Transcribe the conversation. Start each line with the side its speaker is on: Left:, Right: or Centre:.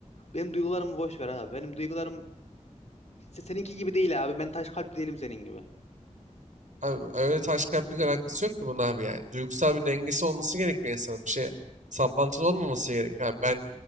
Left: benim duygularımı boş ver abi. Benim duygularım seninki gibi değil abi. Ben taş kalpli değilim senin gibi.
Right: Abi öyle taş kalplilikle alakası yok ki bunun abi yani. Duygusal bir dengesi olması gerekiyor insanın. Bir şey saplantılı olmaması gerekiyor. abi. Ben